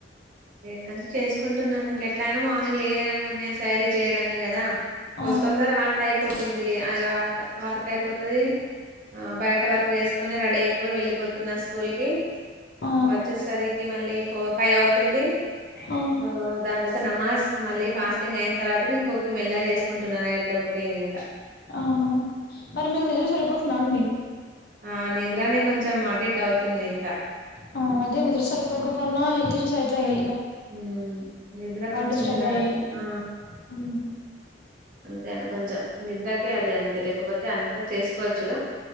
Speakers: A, on the right; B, on the left.
A: లేదని చేసుకుంటున్నాను ఇంక ఎట్లా అయినా మార్నింగ్ లేయడమే శారీ చేయడం మె కదా సో
B: ఆ!
A: తొందర వంట అయిపోతుంది ఇగ అ వర్క్ అయిపోతది ఆ బయట వర్క్ చేస్కొని రడీ అయిపోయి వెళ్ళలిపోతున్నా స్ కూల్ కి
B: ఆ!
A: వచ్చేసరికి మళ్ళీ ఫోర్ ఫైవ్ అవుతుంది
B: అవును.
A: ఆ దాని తర్వాత నమాజ్ మళ్ళీ ఫాస్టింగ్ అయిన్ తర్వాత న మెల్ల చేసుకుంటున్న నైట్ల కుకింగ్ ఇంకా
B: ఆహా! మరి మీకు నిద్ర సరిపోతుందా అండి?
A: ఆ నిద్రనె కొంచెం అటిట్ అవ్ తుంది ఇంక
B: ఆ అదేనిద్ర సరిపోకపొన్నా హెల్త్ ఇష్యూస్ అయితయ్
A: మ్ నిద్ర కొంచెం
B: డిస్టర్బ్
A: ఇగా
B: అయ్యి.
A: ఆ
B: హ్మ్.
A: అంతె అండి కొంచెం నిద్ర అది అంతే లేకపోతే అంతా చేసుకోవచ్చు